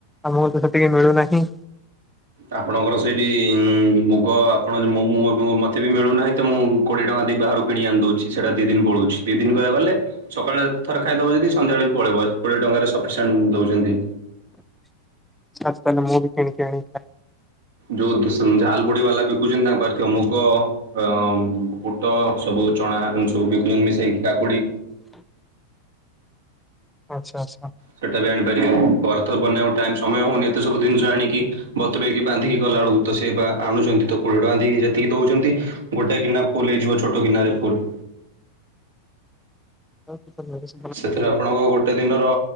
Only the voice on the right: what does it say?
ଆପଣଙ୍କର ସେଇଠି ମୁଗ ଆପଣ ମୁଁ ମୁଁ ମୁଁ ମତେ ବି ମିଳୁନାହିଁ ତ ମୁଁ କୋଡିଏ ଟଙ୍କା ଦେଇ ବାହାରୁ କିଣି ଆଣି ଦଉଛି ସେଟା ଦିଦିନି ପଳଉଛି ଦିଦିନି କହିବା ଗଲେ ସକାଳେ ଥରେ ଖାଇ ଦଵଜଦି ସନ୍ଧ୍ୟାବେଳେ ବି ପଳେଇବ କୋଡିଏ ଟଙ୍କାରେ ସଫିସିଣ୍ଟ ଦଉଛନ୍ତି।
ଯୋଉ ଝାଲ ମୁଡି ବାଲା ବିକୁଛନ୍ତି ତାଙ୍କ ପାଖରେଥିବ ମୁଗ ଅ ବୁଟ, ସବୁ ଚଣା, ଏମିତି ସବୁ ବିକୁଛନ୍ତି ମିଶେଇକି କାକୁଡି
ସେଟା ବି ଆଣିପାରିବେନି ବର୍ତ ବନେଇବାକୁ ଟାଇ ସମୟ ହଉନି ଏତେ ସବୁ ଜିନିଷ ଆଣିକି ବତୁରେଇକି ବାନ୍ଧିକି। ଗଲା ବେଳକୁ ତ ସେ ବା ଆଣୁଛନ୍ତି ତ କୋଡିଏ ଟଙ୍କା ଦେଇକି ଯେତିକି ଦଉଛନ୍ତି ଗୋଟେ ଗିନା ଫୁଲ ହେଇଯିବ ଛୋଟ ଗିନାରେ ଫୁଲ।
ସେଥିରେ ଆପଣଙ୍କ ଗୋଟେ ଦିନର